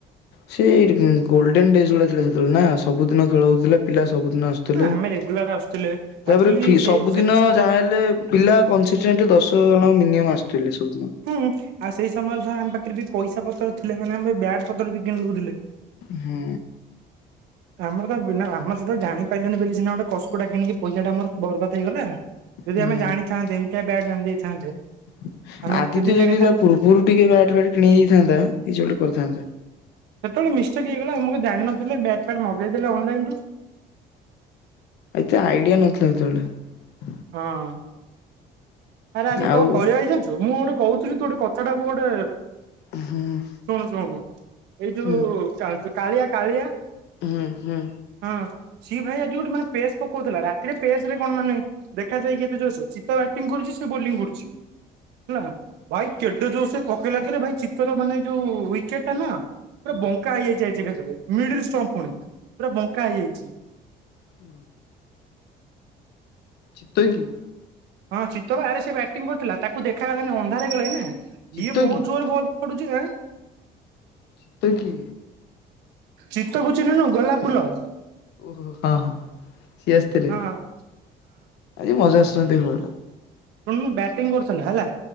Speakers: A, on the left; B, on the right.
A: ସେଇ ଗୋଲଡେନ ଡେଜ ଗୁଡା ଥିଲା ସେତେବେଳେ ନା ସବୁଦିନ ଖେଳ ହଉଥିଲା ପିଲା ସ ସବୁଦିନ ଆସୁଥିଲେ।
B: ହଁ ଆମେ ରେଗୁଲାର ଆସୁଥିଲେ।
A: ତାପରେ
B: ଆକ୍ଚୁଆଲି ସେ
A: ସବୁଦିନ
B: ସେ
A: ଯାହା ହେଲେ ପିଲା କନସିଟେଣ୍ଟ ଦଶ୍ ଜଣ ମିନିମମ୍ ଆସୁଥିଲେ ସବୁ।
B: ହୁଁ, ଆଉ ସେଇ ସମୟରେ ଧର ଆମ ପାଖରେ ବି ପଇସା ପତ୍ର ଥିଲେ ମାନେ ଆମେ ବ୍ୟାଟ୍ ପତ୍ର ବି କିଣୁଦେଉଥିଲେ।
A: ହୁଁ।
B: ଆମର ତ ବିନା ଆମର ସେଟା ଜାଣିପାରିଲେନି ବୋଲି ସିନା କସ୍କୋଟା କିଣିକି ପଇସା ଟା ଆମର ବରବାଦ ହେଇଗଲା। ଯଦି
A: ହୁଁ।
B: ଆମେ ଜାଣିଥାନ୍ତେ ଏମିତିଆ ବ୍ୟାଟ୍ ଆଣି ଦେଇଥାନ୍ତେ
A: <inaudible>
B: ଆମେ
A: ଆଦିତ୍ୟ
B: ଦିନେ
A: ଯଦି
B: କଥା
A: ତା
B: ହଁ
A: ପୂର୍ବରୁ ଟିକେ ବ୍ୟାଟ ଫାଟ୍ କିଣି ଦେଇଯାଇଥାନ୍ତା, କିଛି ଗୋଟେ କରିଥାନ୍ତା।
B: ସେତେବେଳେ ମିଷ୍ଟେକ୍ ହେଇଗଲା ଆମକୁ ଜାଣିନଥିଲେ ବ୍ୟାଟ୍ ଫ୍ୟାଟ୍ ମଗେଇଦେଲେ ଅନଲାଇନ ରୁ
A: ଏତେ ଆଇଡିଆ ନଥିଲା ସେତେବେଳେ।
B: ହଁ। ଆରେ ଆଜି
A: ଆଉ
B: କଣ କରିବା ହେଇ ଜାଣିଛୁ। ମୁଁ ଗୋଟେ କହୁଥିଲି ତୁ ଗୋଟେ କଥାଟାକୁ ଗୋଟେ
A: ହୁଁ
B: ଶୁଣୁ ଶୁଣୁ ଏଇ ଯୋଉ
A: ହୁଁ
B: କାଳିଆ କାଳିଆ
A: ହୁଁ ହୁଁ।
B: ହଁ ସିଏ ଭାଇ ଆଜି ଗୋଟେ ମାନେ ପେସ୍ ପକଉଥିଲା। ରାତିରେ ପେସରେ କଣ ମାନେ ଦେଖାଯାଏ କି କେତେ ଜୋରସେ ଚତା ବ୍ୟାଟିଂ କରୁଛି ସେ ବୋଲିଂ କରୁଛି ହେଲା ଭାଇ କେଡେ ଯୋରସେ ପକେଇ କିରେ ଭାଇ ଚିତର ମାନେ ଯୋଉ ୱକେଟ ଟା ନା ପୁରା
A: ହୁଁ
B: ବଙ୍କା ହେଇଯାଇଛି ଆ କଥିରେ ମିଡଷ୍ଟ ପୁଣି ପୁରା ବଙ୍କା ହେଇଯାଇଛି।
A: ଓ ଚିତ୍ତ କିଏ?
B: ହଁ ଚିତ୍ ବା ଆରେ ସେ ବ୍ୟାଟିଂ କରିୁଥିଲା ତାକୁ ଦେଖାଗଲାଣିି ଅନ୍ଧାର ହେଇଗଲେ ନା
A: ଚିତକି
B: ଇଏ ବହୁତ ଜୋରରେ ବଲ
A: ଚିତକି
B: ଚିତକୁ ଚିହ୍ନନୁ? ଗୋଲା ଫୁଲ
A: ଓହୋହୋ ହଁ ହଁ ହ। ସିଏ ଆସିଥିଲେ
B: ହଁ ହଁ
A: ଆଜି ମଜା ଆସୁଛନ୍ତି ଘରେ
B: ଶୁଣ ବ୍ୟାଟିଂ କରୁଥିଲା ହେଲା